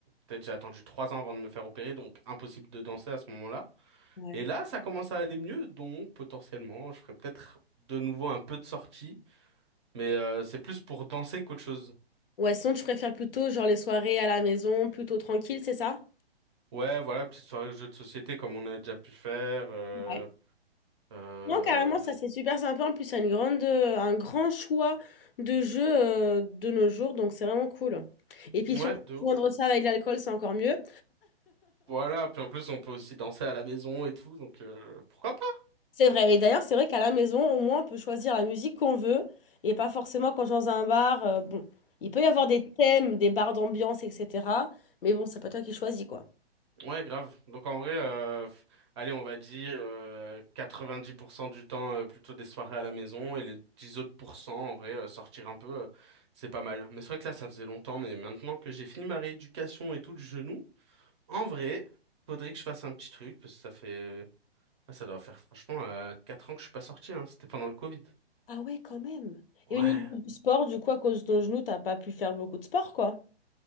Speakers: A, on the right; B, on the left.
A: Peut-être j'ai attendu trois ans avant de me faire opérer, donc impossible de danser à ce moment-là.
B: Ouais.
A: Et là, ça commence à aller mieux, donc potentiellement, je ferai peut-être de nouveau un peu de sortie, mais euh, c'est plus pour danser qu'autre chose.
B: Ouais, sinon tu préfères plutôt genre les soirées à la maison, plutôt tranquille, c'est ça?
A: Ouais, voilà, petite soirée de jeux de société comme on a déjà pu faire. Euh,
B: Ouais.
A: euh,
B: Non, carrément, ça c'est super sympa. En plus, il y a une grande, euh, un grand choix de jeux euh, de nos jours, donc c'est vraiment cool. Et puis,
A: ouais,
B: surtout,
A: de ouf.
B: joindre ça avec l'alcool, c'est encore mieux.
A: Voilà, puis en plus, on peut aussi danser à la maison et tout, donc euh, pourquoi pas?
B: C'est vrai. Et d'ailleurs, c'est vrai qu'à la maison, au moins, on peut choisir la musique qu'on veut et pas forcément quand je suis dans un bar. euh, bon, il peut y avoir des thèmes, des bars d'ambiance, etc. Mais bon, c'est pas toi qui choisis, quoi.
A: Ouais, grave. Donc en vrai, euh, f- allez, on va dire euh, 90% du temps euh, plutôt des soirées à la maison et les 10 autres pourcents, en vrai, euh, sortir un peu, euh, c'est pas mal. Mais c'est vrai que là, ça faisait longtemps, mais maintenant que j'ai fini ma rééducation et tout de genou, en vrai, faudrait que je fasse un petit truc parce que ça fait, ah, ça doit faire franchement euh, 4 ans que je suis pas sorti, hein. C'était pendant le Covid.
B: Ah ouais, quand même.
A: Ouais.
B: Et au niveau du sport, du coup, à cause de ton genou, t'as pas pu faire beaucoup de sport, quoi.